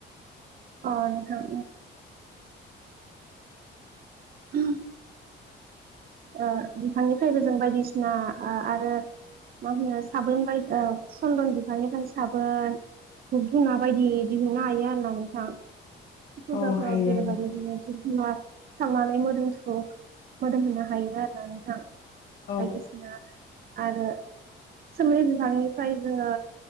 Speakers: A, on the right; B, on the left.
A: अ' नोंथां उ <unintelligible> ओ बिफांनिफ्रायबो जों बायदिसिना आरो मा होनो साबोन बायदिसिना सनदन बिफांनिफ्राय साबोन धुब धुना बायदि दिहुननो हायो आरोना नोंथां फुजाफ्राव
B: औ हायो
A: जेरैबायदि
B: नोंथां
A: बिबारफोर धुना सावनानै मोदोमफ्रु मोदोम होनो हायो आरो ना नोंथां।
B: औ
A: बायदिसिना आरो सोमलि बिफांनिफ्राय जोङो